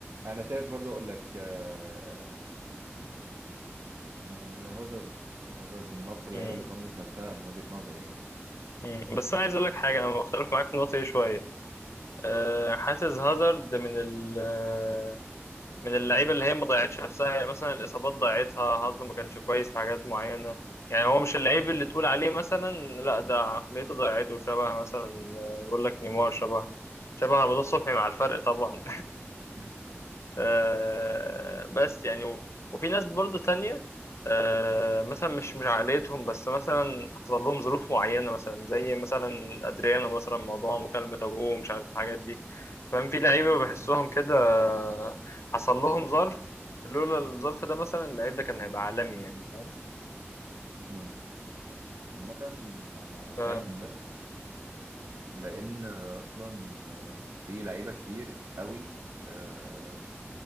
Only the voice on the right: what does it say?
انا شايف برضه اقول لك آه اسمه ايه ده هازارد هازارد من اكتر اللعيبه
اللي ظلمت نفسها من وجهه نظري يعني
<laughs>
امم عامه انا
فاهم ده لان
اصلا آه، في لعيبه كتير قوي آه،